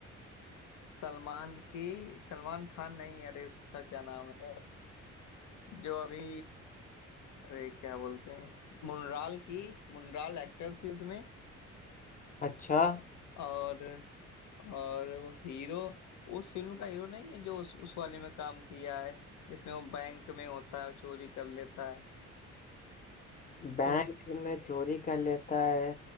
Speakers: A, on the left (about 75°); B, on the left (about 25°).
A: सलमान की सलमान खान नहीं अरे उसका क्या नाम है जो अभी अरे क्या बोलते हैं मुनराल की मुनराल एक्टर थी उसमें
B: अच्छा
A: और और वो हीरो उस फिल्म का हीरो नहीं है जो उस उस वाले में काम किया है जिसमें वो बैंक में होता है चोरी कर लेता है
B: बैंक
A: उस
B: में चोरी कर लेता है